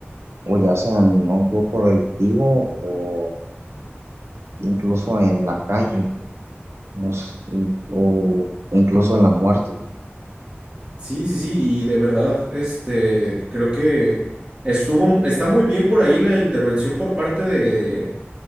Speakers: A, on the right; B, on the right.
A: o ya sea en un grupo delictivo o incluso en la calle. nos o incluso en la muerte.
B: Sí, sí, sí, y de verdad, este, creo que estuvo, está muy bien por ahí la intervención por parte de,